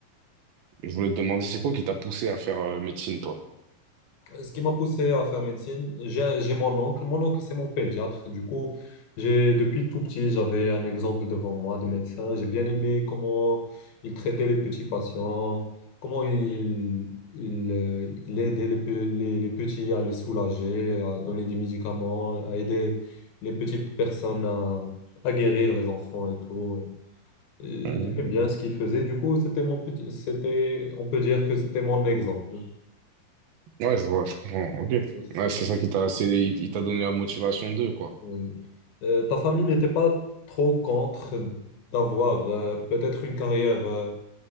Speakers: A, on the right; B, on the left.
A: Je voulais te demander, c'est quoi qui t'a poussé à faire euh, médecine, toi?
B: Ce qui m'a poussé à faire médecine, j'ai j'ai mon oncle. Mon oncle, c'est mon pédiatre. Du coup, j'ai depuis tout petit, j'avais un exemple devant moi de médecin. J'ai bien aimé comment il traitait les petits patients, comment il, il, euh, il aidait les, pe- les, les petits à les soulager, à donner des médicaments, à aider les petites personnes à, à guérir les enfants et tout. Et
A: Mmh.
B: J'aimais bien ce qu'il faisait. Du coup, c'était mon petit- c'était, on peut dire que c'était mon exemple.
A: Ouais, je vois, je comprends. Ok.
B: C'est ce
A: Ouais,
B: qui m'a
A: c'est
B: motivé.
A: ça qui t'a... C'est... Il il t'a donné la motivation d'eux, quoi.
B: Oui. Euh, ta famille n'était pas trop contre d'avoir euh, peut-être une carrière euh,